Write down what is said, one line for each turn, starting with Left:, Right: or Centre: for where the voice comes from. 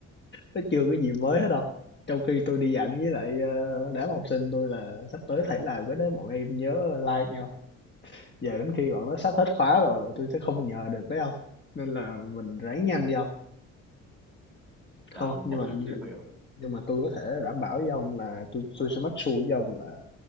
Left: nó chưa có gì mới hết đâu. Trong khi tôi đi dặn với lại, ơ, đám học sinh tôi là sắp tới thầy làm cái đó bọn em nhớ like nhau, giờ đến khi bọn nó sắp hết khóa rồi tôi sẽ không nhờ được đấy không? Nên là mình ráng nhanh đi không? Không,
Centre: sao ông
Left: nhưng
Centre: vội
Left: mà nhưng
Centre: dữ vậy ông
Left: nhưng mà tôi có thể đảm bảo với ông là tôi tôi sẽ make sure với ông là